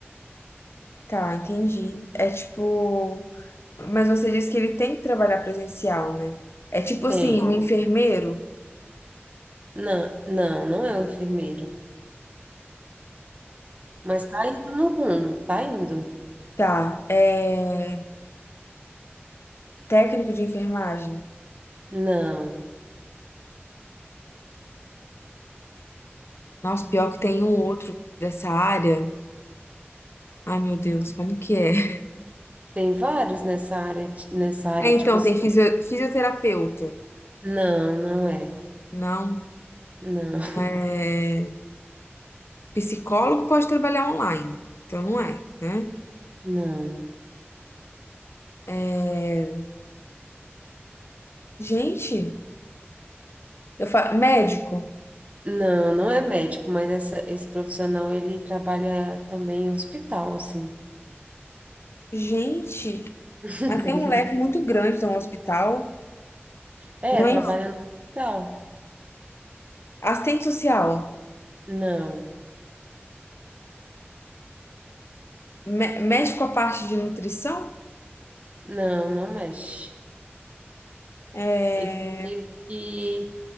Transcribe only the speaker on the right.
tem.
Não, não, não é um enfermeiro. Mas tá indo no rumo, tá indo.
Não,
tem vários nessa área, ti- nessa área,
tipo assim.
Não, não é.
Não,
<laughs>
não.
Não, não é médico, mas essa, esse profissional ele trabalha também em hospital, assim.
<laughs>
É,
trabalha
no hospital.
Não,
não, não mexe.
Ele, ele, e,